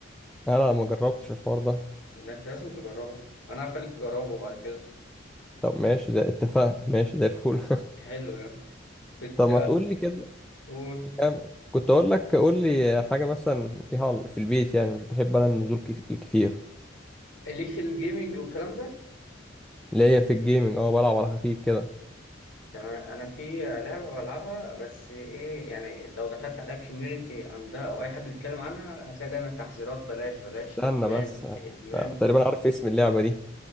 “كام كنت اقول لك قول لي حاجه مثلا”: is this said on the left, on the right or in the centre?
Centre